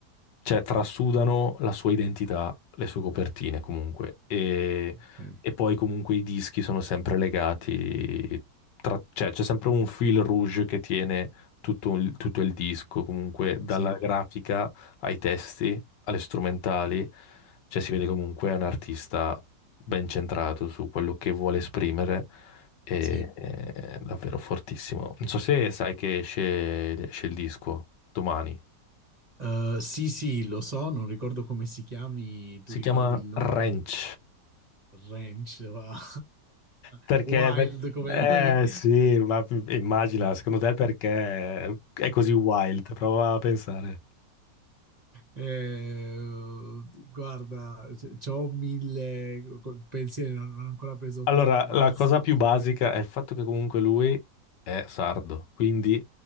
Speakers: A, on the left; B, on the right.
A: cioè, trasudano la sua identità, le sue copertine comunque e,
B: modo. Ok,
A: e poi comunque i dischi sono sempre legati, tra- cioè c'è sempre un fil rouge che tiene tutto il, tutto il disco, comunque dalla
B: Sì,
A: grafica ai testi, alle strumentali, cioè si vede comunque è un artista ben centrato su quello che vuole esprimere e
B: sì.
A: è davvero fortissimo. Non so se sai che esce, esce il disco domani.
B: Eh, sì, sì, lo so, non ricordo come si chiami, tu
A: Si
B: ricordi
A: chiama
B: il nome?
A: Ranch.
B: Ranch, va.
A: Perché?
B: <laughs> Wild
A: per-
B: come
A: Eh
B: nome.
A: sì, ma immagina, secondo te perché è così wild? Prova a pensare.
B: Eh, guarda, c- c'ho mille, col pensiero non, non ho ancora preso
A: Allora,
B: forma,
A: la
B: anzi,
A: cosa
B: dimmi
A: più
B: tu.
A: basica è il fatto che comunque lui è sardo, quindi